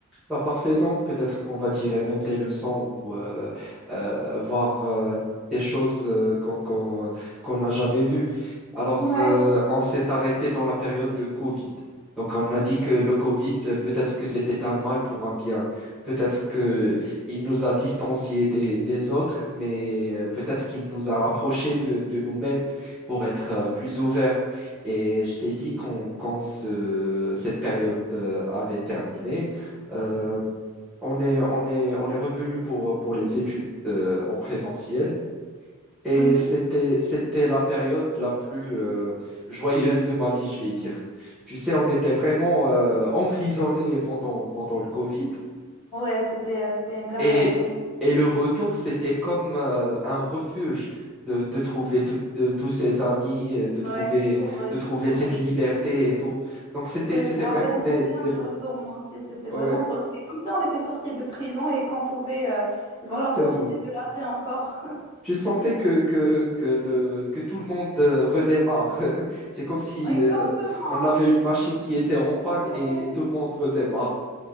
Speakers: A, in the centre; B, on the left.
A: Bah parfait, donc peut-être qu'on va tirer même des leçons ou euh, euh, voir euh, des choses euh, qu'on qu'on, qu'on n'a jamais vues. Alors,
B: Ouais.
A: euh, on s'est arrêté dans la période de Covid. Donc, on a dit que le Covid, euh, peut-être que c'était un mal pour un bien. Peut-être que il nous a distanciés des, des autres, mais euh, peut-être qu'il nous a rapprochés de, de nous-mêmes pour être euh, plus ouverts. Et je t'ai dit qu'on, quand ce- cette période euh, avait terminé, Euh, on est, on est, on est revenu pour, pour les études euh, en présentiel et
B: Mhm.
A: c'était, c'était la période la plus euh, joyeuse de ma vie, je vais dire. Tu sais, on était vraiment euh, emprisonnés pendant, pendant le Covid
B: Ouais, c'était, euh, c'était une galère,
A: et,
B: la vérité.
A: et le retour, c'était comme euh, un refuge. De, de trouver tout- de- tous ses amis, euh, de trouver,
B: Ouais, c'est trop vrai,
A: de trouver
B: c'est trop
A: cette
B: vrai.
A: liberté et tout. Donc, c'était,
B: Ouais,
A: c'était
B: je me rappelle
A: vraiment
B: trop
A: des,
B: bien
A: des
B: du
A: mots.
B: retour, moi aussi. C'était
A: Ouais,
B: vraiment trop. C'était comme ça, on était sortis de prison et qu'on pouvait euh,
A: exactement.
B: voilà, profiter de la vie encore.
A: Je sentais que, que, que, le, que tout le monde euh, redémarre. <laughs> C'est comme si
B: Exactement,
A: euh, on avait
B: oui, c'est
A: une machine qui était en panne
B: ouais,
A: et tout le monde redémarre.